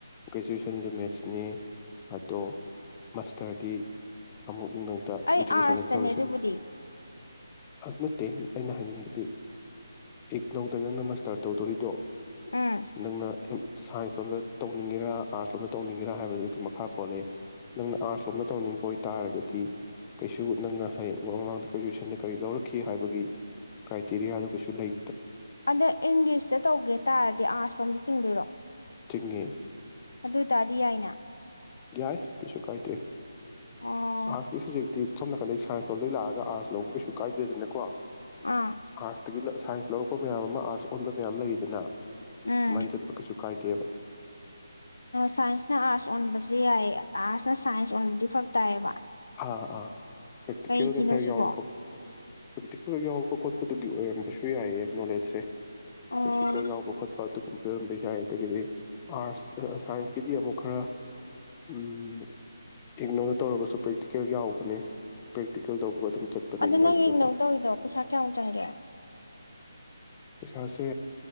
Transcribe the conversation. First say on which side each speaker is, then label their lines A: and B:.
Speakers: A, on the left; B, on the left.
A: ꯒ꯭ꯔꯦꯖꯨꯋꯦꯁꯟꯁꯨ ꯃꯦꯠꯁꯅꯤ ꯑꯗꯣ ꯃꯥꯁꯇꯔꯗꯤ ꯑꯃꯨꯛ ꯏꯛꯅꯧꯗ
B: ꯑꯩ
A: ꯏꯖꯨꯀꯦꯁꯟꯗꯁꯨ
B: ꯑꯥꯔꯠꯁꯇꯅꯦ
A: ꯇꯧꯔꯤꯁꯤꯅꯤ
B: ꯑꯗꯨꯕꯨꯗꯤ
A: ꯑꯗꯨ ꯅꯠꯇꯦ ꯑꯩꯅ ꯍꯥꯏꯅꯤꯡꯕꯗꯤ ꯏꯛꯅꯧꯗ ꯅꯪꯅ ꯃꯥꯁꯇꯔ ꯇꯧꯗꯣꯔꯤꯗꯣ
B: ꯎꯝ
A: ꯅꯪꯅ ꯍꯦꯛ ꯁꯥꯏꯟꯁ ꯂꯣꯝꯗ ꯇꯧꯅꯤꯡꯒꯦꯔꯥ ꯑꯥꯔꯠꯁ ꯂꯣꯝꯗ ꯇꯧꯅꯤꯡꯒꯦꯔꯥ ꯍꯥꯏꯕꯗꯨꯒꯤ ꯃꯈꯥ ꯄꯣꯜꯂꯦ ꯅꯪꯅ ꯑꯥꯔꯠꯁ ꯂꯣꯝꯗ ꯇꯧꯅꯤꯡꯕ ꯑꯣꯏꯇꯥꯥꯔꯒꯗꯤ ꯀꯩꯁꯨ ꯅꯪꯅ ꯍꯌꯦꯡ ꯃꯃꯥꯡꯗ ꯒ꯭ꯔꯦꯖꯨꯁꯟꯗ ꯀꯔꯤ ꯂꯧꯔꯛꯈꯤ ꯍꯥꯏꯕꯒꯤ ꯀ꯭ꯔꯥꯏꯇꯦꯔꯤꯌꯥꯗꯨ ꯀꯩꯁꯨ ꯂꯩ
B: ꯑꯗꯣ ꯏꯪꯂꯤꯁꯇ ꯇꯧꯒꯦ ꯇꯥꯔꯗꯤ ꯑꯥꯔꯠꯁ ꯂꯣꯝꯗ ꯆꯤꯡꯗꯣꯏꯔꯣ
A: ꯆꯤꯡꯉꯦ
B: ꯑꯗꯨꯇꯥꯗꯤ ꯌꯥꯏꯅꯥ
A: ꯌꯥꯏ ꯀꯩꯁꯨ ꯀꯥꯏꯗꯦ
B: ꯑꯣ
A: ꯑꯥꯔꯠꯁꯀꯤ ꯁꯞꯖꯦꯛꯇꯤ ꯁꯣꯝ ꯅꯥꯀꯟꯗꯩ ꯁꯥꯏꯟꯁ ꯂꯣꯝꯗꯩ ꯂꯥꯛꯑꯒ ꯑꯥꯔꯠꯁ ꯂꯧꯕ ꯀꯩꯁꯨ ꯀꯥꯏꯗꯦꯗꯅꯀꯣ ꯑꯥꯔꯠꯁꯇꯒꯤ
B: ꯑꯥ
A: ꯂ ꯁꯥꯏꯟꯁ ꯂꯧꯔꯛꯄ ꯃꯌꯥꯝ ꯑꯃ ꯑꯥꯔꯠꯁ ꯑꯣꯟꯕ ꯐꯅ꯭ꯌꯥꯝ ꯂꯩꯔꯤꯗꯅ
B: ꯎꯝ
A: ꯁꯨꯃꯥꯏꯅ ꯆꯠꯄꯥ ꯀꯩꯁꯨ ꯗꯦꯕ
B: ꯁꯥꯏꯟꯁꯅ ꯑꯥꯔꯠꯁ ꯑꯣꯟꯕꯁꯦ ꯌꯥꯏꯌꯦ ꯑꯥꯔꯠꯁꯅ ꯁꯥꯏꯟꯁ ꯑꯣꯟꯕꯗꯤ ꯐꯔꯛ ꯇꯥꯏꯌꯦꯕ
A: ꯑꯥ ꯑꯥ ꯄ꯭ꯔꯦꯛꯇꯤꯀꯦꯜꯒ
B: ꯀꯩꯒꯤꯅꯣ
A: ꯈꯔ
B: ꯁꯤꯕꯣ
A: ꯌꯥꯎꯔꯛꯄ ꯈꯣꯠ ꯄ꯭ꯔꯦꯛꯇꯤꯀꯦꯜꯒ ꯌꯥꯎꯔꯛꯄ ꯈꯣꯠꯄ ꯑꯗꯨꯒꯤ ꯑꯣꯏꯔꯝꯕꯁꯨ ꯗꯨ ꯌꯥꯏꯌꯦ ꯅꯣꯂꯦꯖꯁꯦ
B: ꯑꯣ
A: ꯄ꯭ꯔꯦꯛꯇꯤꯀꯦꯜ ꯌꯥꯎꯕ ꯈꯣꯠꯄ ꯑꯗꯨꯒꯨꯝꯕ ꯑꯣꯏꯔꯝꯕ ꯌꯥꯏ ꯑꯗꯒꯤꯗꯤ ꯑꯥꯔꯠꯁ ꯁꯥꯏꯟꯁꯀꯤꯗꯤ ꯑꯃꯨꯛ ꯈꯔ ꯎꯝ ꯏꯛꯅꯩꯗ ꯇꯧꯔꯒꯁꯨ ꯄ꯭ꯔꯦꯛꯇꯤ ꯀꯦꯜ ꯌꯥꯎꯕꯅꯦ ꯄ꯭ꯔꯦꯛꯇꯤꯀꯦꯜ ꯇꯧꯕ ꯑꯗꯨꯝ ꯆꯠꯄꯅꯦ
B: ꯑꯗꯨ
A: ꯏꯛꯅꯧꯒꯤꯗꯀꯣ
B: ꯅꯪ ꯏꯛꯅꯧ ꯇꯧꯔꯤꯗꯣ ꯄꯩꯁꯥ ꯀꯌꯥꯃꯨꯛ ꯆꯪꯒꯦ
A: ꯄꯩꯁꯥꯁꯦ